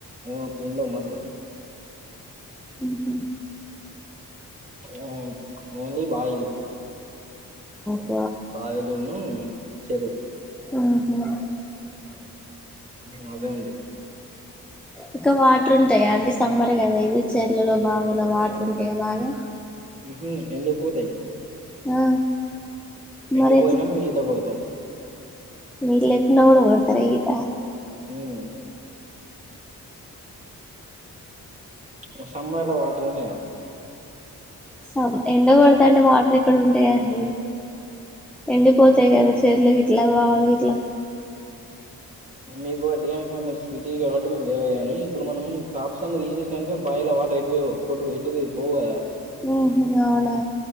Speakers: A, on the right; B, in the centre.
A: ఉ తింద మాసే
B: ఉహు
A: మ్మ్ ఓన్లీ బాయిలు
B: ఆ
A: బావిలును చెరు
B: ఆహ
A: మ్ అదే ఉండి
B: ఇక వాటర్ ఉంటాయా అండి సమ్మర్ కదా ఇది చెర్లలో బావులో వాటర్ ఉంటాయా బాగా
A: మ్మ్ హు ఎండిపోతాయి
B: ఆ
A: ఎండిపోదునా
B: మరి
A: మీత కొడతాం
B: నీళ్ళేకున్న కూడా కొడ్తారా ఈత
A: మ్మ్ అ సమ్మర్ లో వాటర్ ఉన్నాయా
B: సాబ్ ఎండ కొడతంటే వాటర్ ఎక్కడ ఉంటాయండి ఎండిపోతాయి కదా చెర్లు ఇట్లా బావి ఇట్లా
A: మీకు <unintelligible> స్వీటీ కావట్టి మీ <unintelligible> గాని ఇప్పుడు మనం క్రాప్స్ అన్ని తీసేసినాంక బావిలో వాటర్ ఎటు బేవ్ పొటు ఎటు పోవు కదా
B: ఉహు అవునా